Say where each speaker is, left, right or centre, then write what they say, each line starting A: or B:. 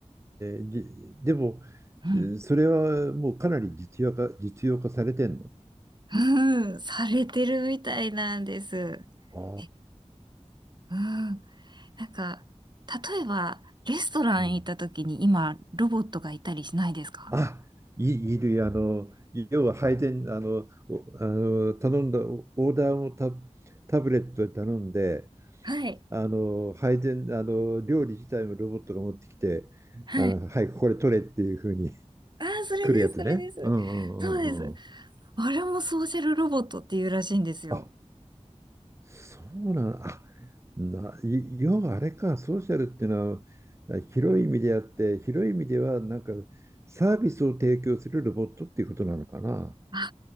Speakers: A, on the right; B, on the right.
A: ー、えーじでも、
B: うん。
A: それはもうかなり実用化、実用化されてんの
B: うん、されてるみたいなんです。
A: ああ
B: え、うん。なんか、例えば、レストラン行った時に今、
A: うん
B: ロボットがいたりしないですか
A: あ、い、いる、あの、要は配膳、あの、おあの、頼んだ、オーダーもタ、タブレットで頼んで、
B: はい。
A: あの、配膳、あの、料理自体もロボットが持ってきて、
B: はい。
A: あの、はい、これ取れっていう風に <laughs>
B: ああ、それです、
A: 来るやつね。
B: それです。
A: うんうんうんうん。
B: そうです。あれもソーシャルロボットっていうらしいんですよ。
A: あ、そうなん、あ、な、い要はあれか、ソーシャルっていうのは、広い意味であって、広い意味では、なんか、サービスを提供するロボットっていうことなのかな。
B: あ、